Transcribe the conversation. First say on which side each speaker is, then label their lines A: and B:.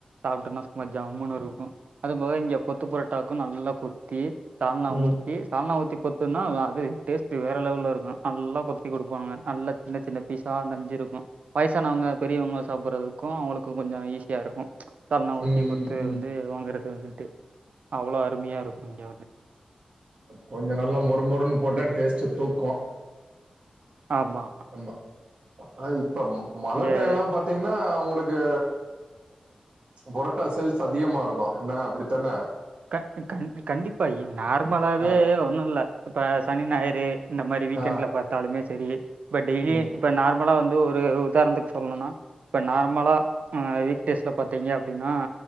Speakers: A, on the right; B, on the right.
A: சாப்ட்டோம்னா சும்மா ஜம்ன்னு இருக்கும் அதுபோக இங்க கொத்து பொரட்டாக்கும் நல்லா கொத்தி சால்னா
B: ம்
A: ஊத்தி சால்னா ஊத்தி கொத்துனா அ அது டேஸ்ட்டு வேற லெவல்ல இருக்கும் நல்லா கொத்தி குடுப்பாங்க நல்ல சின்ன சின்ன சார் நஞ்சிருக்கும் வயசானவங்க பெரியவங்க சாப்ட்றதுக்கும் அவங்களுக்கு கொஞ்சோ ஈஸியாக இருக்கும் சால்னா ஊத்தி
B: ம்
A: கொத்து
B: ம்
A: வந்து வாங்கறது வந்துட்டு அவ்ளோ அருமையா இருக்கு இங்க
B: கொஞ்ச நல்லா மொறு மொறு போட்டா
A: இங்கே
B: டேஸ்ட் தூக்கும்
A: ஆமா
B: அம்மா ஆனா இப்ப ம மழ
A: இங்கே
B: டைம்ல்லா பாத்த பாத்தீங்கன்னா உங்களுக்கு பொரட்டா சேல்ஸ் அதிகமா இருக்கும் என்ன அப்டித்தான
A: கட் கட் கண்டிப்பாயே நார்மலாவவே
B: ஆ
A: ஒன்னு இல்ல இப்ப சனி ஞாயிறு இந்த மாரி வீக்கெண்ட்ல
B: ஆ
A: பாத்தாலுமே செரி இப்போ டெய்லியு
B: ம்
A: இப்போ நார்மலா வந்து ஒரு உதாணத்துக்கு சொல்லணும்னா இப்ப நார்மலா அ வீக்டேஸில பாத்தீங்க அப்டின்னா